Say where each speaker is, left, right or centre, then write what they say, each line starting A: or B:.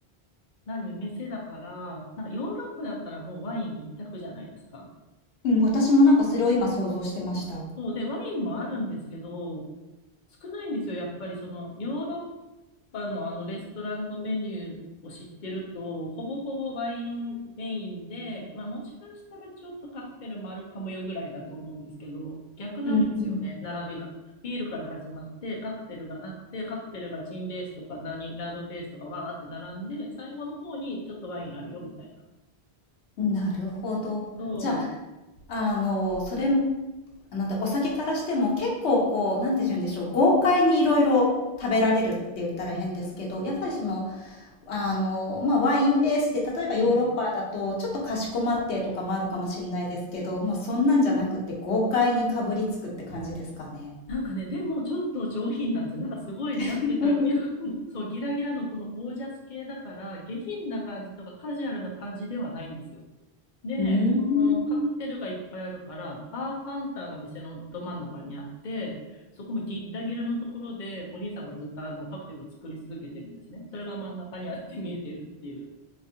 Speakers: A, on the left; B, on the left.
A: 何、店だから、なんかヨーロッパだったらもうワイン一択じゃないですか。
B: うん、私もなんかそれを今想像してました。
A: そうで、ワインもあるんですけど、少ないんですよ、やっぱりその、ヨーロッパのあのレストランのメニューを知ってると、ほぼほぼワインメインで、まあもしかしたらちょっとカクテルもあるかもよぐらいだと思うんですけど、逆なんですよね、
B: うん
A: 並びが。ビールから始まって、カクテルがあって、カクテルがジンベースとか何、ラムベースとかわーって並んで、最後の方にちょっとワインあるよみたいな。
B: うん。なるほど。
A: そ
B: じゃあ、あの、それもなんだ、お酒からしても、結構こう、なんて言うんでしょう、豪快にいろいろ食べられるって言ったら変ですけど、やっぱりその、あの、まあ、ワインベースで、例えばヨーロッパだと、
A: う。うん。
B: ちょっとかしこまってとかもあるかもしれないですけど、もうそんなんじゃなくて、豪快にかぶりつくって感じですかね。
A: なんかね、でもちょっと上品なんですよ。なんかすごいね、なんて言ったら、
B: <laughs>
A: いやでも <laughs> そう、ギラギラのこのゴージャス系だから、下品な感じとかカジュアルな感じではないんですよ。で、
B: うーん。
A: このカクテルがいっぱいあるから、バーカウンターが店のど真ん中にあって、そこもギッラギラのところで、お兄さんがずっとあのカクテルを作り続けてるんですね。それが真ん中にあって見えてるっていう。